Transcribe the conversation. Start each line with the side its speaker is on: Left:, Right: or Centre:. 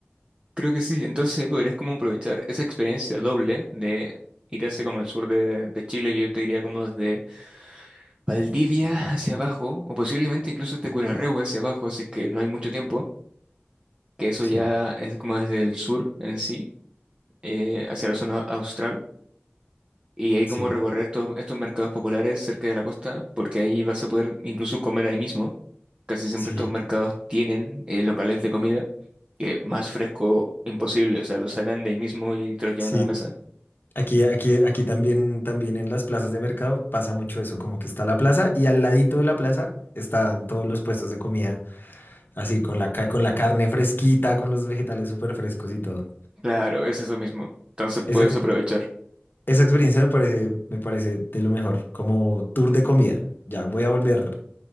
Right: Creo que sí, entonces ahí podrías como aprovechar esa experiencia doble de ir hacia como el sur de, de Chile, yo te diría como desde Valdivia hacia abajo, o posiblemente incluso desde Curarrehue hacia abajo, si es que no hay mucho tiempo, que eso
Left: Sí,
Right: ya es como desde el sur en sí, eh, hacia la zona austral, y ahí
Left: sí,
Right: como recorrer estos, estos mercados populares cerca de la costa, porque ahí vas a poder incluso comer ahí mismo, casi siempre
Left: sí,
Right: estos mercados tienen eh, locales de comida, que más fresco imposible, o sea, lo sacan de ahí mismo y te los llevan
Left: sí.
Right: a la mesa.
Left: Aquí, aquí, aquí también, también en las plazas de mercado pasa mucho eso, como que está la plaza y al ladito de la plaza están todos los puestos de comida. Así, con la, ca- con la carne fresquita, con los vegetales súper frescos y todo.
Right: Claro, es eso mismo. Entonces
Left: Esa,
Right: puedes
Left: ex-
Right: aprovechar,
Left: esa experiencia me parece, me parece de lo mejor, como tour de comida. Ya voy a volver